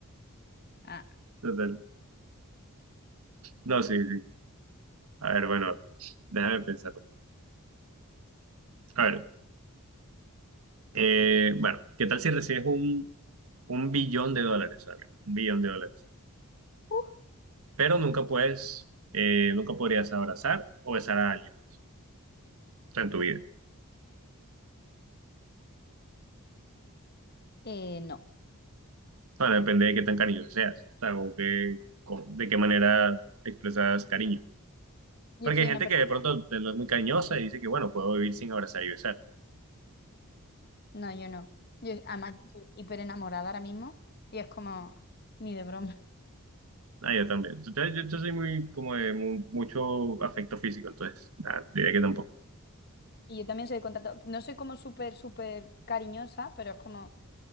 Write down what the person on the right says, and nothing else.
Total. No, sí, sí. A ver, bueno, déjame pensar. A ver. Eh, bueno, ¿qué tal si recibes un, un billón de dólares, ¿sabes? Un billón de dólares.
Pero nunca puedes, eh, nunca podrías abrazar o besar a alguien más. O sea, en tu vida.
Bueno, depende de qué tan cariñoso seas. O sea, o qué- co- de qué manera expresas cariño.
Porque
hay gente
que de pronto te- no es muy cariñosa y dice que, bueno, puedo vivir sin abrazar y besar.
Ah, yo también. Entonces, yo, yo soy muy, como de mu- mucho afecto físico, entonces, nada, diría que tampoco.